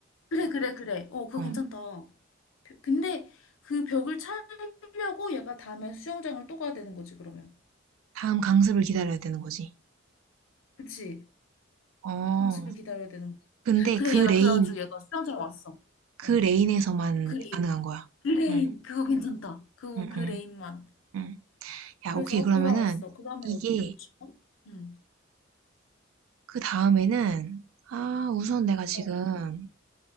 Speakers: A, on the left (about 75°); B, on the right (about 80°).
A: 그래, 그래, 그래. 어, 그거
B: 어.
A: 괜찮다. 벼- 근데 그 벽을 차려고 얘가 다음에 수영장을 또 가야 되는 거지, 그러면.
B: 다음 강습을 기다려야 되는 거지.
A: 그치?
B: 어.
A: 강습을 기다려야 되는 거지.
B: 근데
A: 그래,
B: 그
A: 얘가
B: 레인,
A: 그래가지고 얘가 수영장 왔어.
B: 그
A: 어.
B: 레인에서만
A: 그래,
B: 가능한 거야.
A: 그레인.
B: 응,
A: 그거 괜찮다. 그,
B: 응,
A: 그레인만.
B: 응, 응. 야,
A: 그래서
B: 오케이. 그러면은
A: 돌아왔어. 그 다음에
B: 이게
A: 어떻게 하고 싶어? 응,
B: 그 다음에는 아, 우선 내가 지금
A: 어,